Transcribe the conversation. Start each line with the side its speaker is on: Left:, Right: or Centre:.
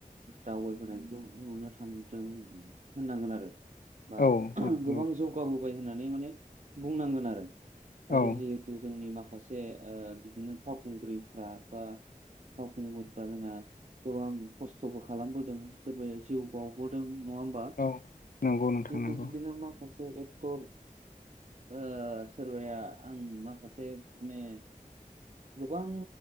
Right: दावबायबोनायखौ नुनो थांदों होननांगोन आरो। बा
Left: औ
Right: गोबां
Left: नंगौ
Right: जौगाबु बाय होननानै माने बुंनांगोन आरो
Left: औ
Right: जिहेतु जोंनि माखासे से ओ बिदिनो फावखुंग्रिफ्रा बा फावखुंगुरफ्रा जोंना गोबां खस्थ'बो खालामबोदों सोरबाया जिउ बाव बोदों नङा होमबा खिन्थु
Left: औ नंगौ नोंथां नंगौ
Right: बिदिनो माखासे से एक्टर ओ सोरबाया आं माखासे माने गोबां